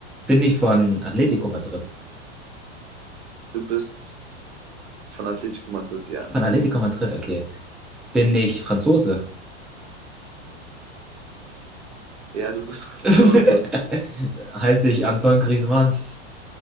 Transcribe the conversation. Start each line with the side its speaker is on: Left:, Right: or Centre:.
Centre: Bin ich von Atlético Madrid?
Right: Du bist von Atletico Madrid, ja.
Centre: Von Atlético Madrid, okay. Bin ich Franzose?
Right: Ja, du bist
Centre: <laughs>
Right: Franzose.
Centre: Heiße ich Antoine Griezmann? <laughs>